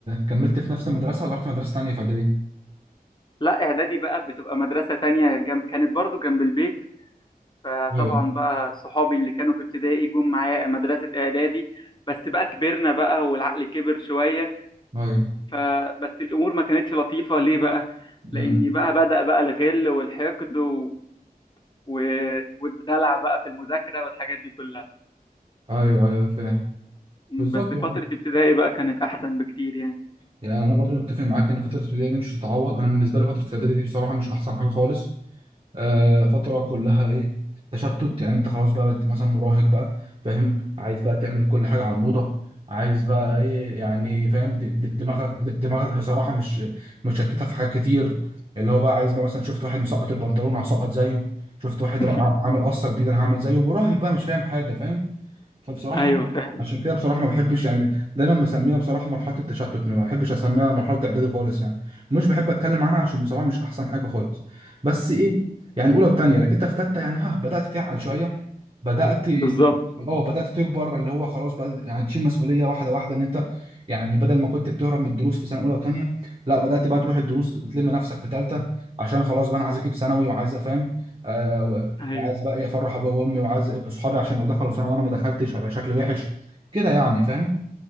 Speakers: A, on the right; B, on the left.
A: كملت في نفس المدرسه ولا رحت مدرسه تانيه في اعدادي؟
B: لا اعدادي بقى بتبقى مدرسة تانية جم... كانت برضو جنب البيت فطبعا
A: ايوه
B: بقى صحابي اللي كانوا في ابتدائي جم معايا مدرسة اعدادي بس بقى كبرنا بقى والعقل كبر شوية
A: ايوه
B: فبس الامور ما كانتش لطيفة ليه بقى لاني
A: امم.
B: بقى بدأ بقى الغل والحقد و... و... والدلع بقى في المذاكرة والحاجات دي كلها
A: ايوه ايوه فاهم
B: م،
A: بالظبط
B: بس
A: هو-
B: فترة ابتدائي بقى كانت احسن بكتير يعني
A: يعني انا برضو متفق معاك ان فتره الابتدائي دي مش تتعوض انا بالنسبه لي فتره الاعدادي دي بصراحه مش احسن حاجه خالص آه، فترة كلها ايه تشتت يعني انت خلاص بقى بت- مثلا مراهق بقى فاهم عايز بقى تعمل كل حاجة على الموضة عايز بقى ايه يعني فاهم د- د- دماغك د- دماغك بصراحة مش مشتتة في حاجات كتير اللي هو بقى عايز بقى مثلا شفت واحد مسقط البنطلون هسقط زيه شفت واحد
B: <laughs>
A: رائع عامل قصة جديدة انا هعمل زيه مراهق بقى مش فاهم حاجة فاهم فبصراحة
B: ايوه فعلا
A: عشان كده بصراحة ما بحبش يعني دايما بسميها بصراحة مرحلة التشتت ما بحبش اسميها مرحلة اعدادي خالص يعني مش بحب اتكلم عنها عشان بصراحة مش احسن حاجة خالص بس ايه يعني اولى وثانيه لكن انت في ثالثه يعني ها بدات تعقل شويه بدات
B: بالظبط
A: اه بدات تكبر اللي هو خلاص بقى يعني تشيل مسؤوليه واحده واحده ان انت يعني بدل ما كنت بتهرب من الدروس في سنه اولى وثانيه لا بدات بقى تروح الدروس وتلم نفسك في ثالثه عشان خلاص بقى انا عايز اجيب ثانوي وعايز افهم آه و-
B: ايوه
A: وعايز بقى إيه افرح ابويا وامي وعايز اصحابي عشان لو دخلوا ثانوي وانا ما دخلتش هيبقى شكلي وحش كده يعني فاهم